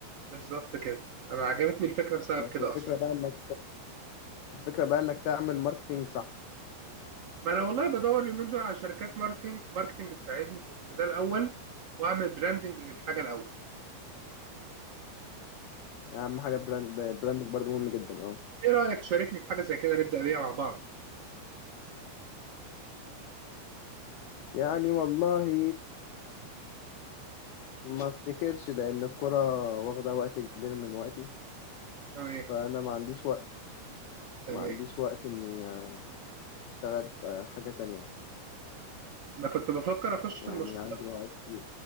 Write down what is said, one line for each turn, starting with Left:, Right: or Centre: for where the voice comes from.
Right: بالظبط كده انا عجبتني الفكره بسبب
Left: بس
Right: كده
Left: الفكرة
Right: اصلا
Left: بقى انك الفكرة بقى انك تعمل ماركتينج صح
Right: ما انا والله بدور اليومين دول على شركات ماركتنج ماركتنج تساعدني في في ده الاول واعمل براندنج للحاجه الاول
Left: اهم حاجة براند براندك برضه مهم جدا اه
Right: ايه رايك تشاركني في حاجه زي كده نبدا بيها مع بعض
Left: يعني والله ما افتكرش لان الكرة واخدة وقت كبير من وقتي
Right: تمام
Left: فانا ما عنديش وقت
Right: تمام
Left: ما عنديش وقت اني اشتغل في حاجة تانية
Right: انا كنت بفكر اخش
Left: يعني
Right: في المشروع
Left: عندي وعي كتير